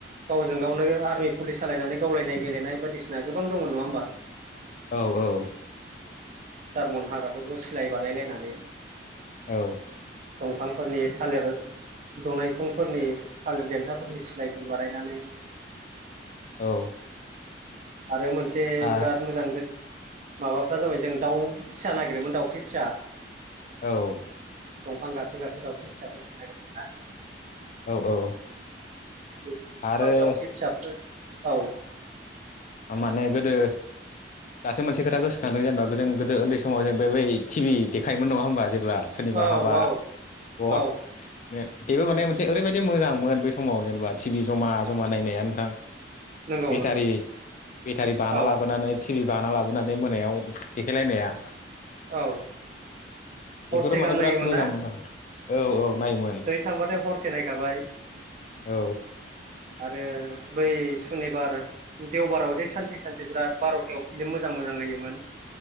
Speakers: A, on the right (about 45°); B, on the left (about 45°).
A: गावजों गावनो आर्मि पुलिस जाशलायनानै गावलायनाय गेलेनाय बायदिसिना गोबां दंमोन नङा होमबा?
B: औ औ
A: सारमन हाग्राफोरखौ सिलाय बानायायलायनानै
B: औ
A: दंफांफोरनि थालिर दनायखंफोरनि थालिर देन्थाफोरनि सिलायफोर बारायनानै
B: औ
A: आरो मोनसे
B: आ
A: बिराद मोजां गो माबाफ्रा जाबाय जों दाउ फिसा नागिरोमोन दाउस्रि फिसा
B: औ
A: दंफां गाखो गाखो दाावस्रि फिसाफोर जों नागिरदोंना?
B: औ औ
A: गोबां
B: आरो
A: दावसि फिसाफोर औ
B: माने गोदो दासो मोनसे खोथा गोसोखांदों जेनेबा जों गोदो उन्दै समाव जों बे बै टि भि देखायोमोन नङा होमबा जेब्ला सोरनिबा
A: औ
B: हाबा
A: औ
B: बस
A: औ
B: बेबो माने मोनसे ओरैबायदि मोजांमोन बै समाव जेनेबा टिभि जमा जमा नायनाया नोंथां
A: नंगौ
B: बेटारि
A: नंगौ
B: बेटारि बाना
A: औ
B: लाबोनानै टि भि बाना लाबोनानै मोनायाव देखायलायनाया
A: औ
B: बेफोरो
A: हरसे
B: माने
A: गाहाम
B: बिराद
A: नायोमोन
B: मोजांमोनना
A: ना
B: औ औ नायोमोन
A: जै थांबाथाय हरसे नायखाबाय।
B: औ
A: आरो बै सुनिबार देवबाराव जे सानसे सानसे बिराद बार'थायाव फिल्म मोजां मोजां नायोमोन।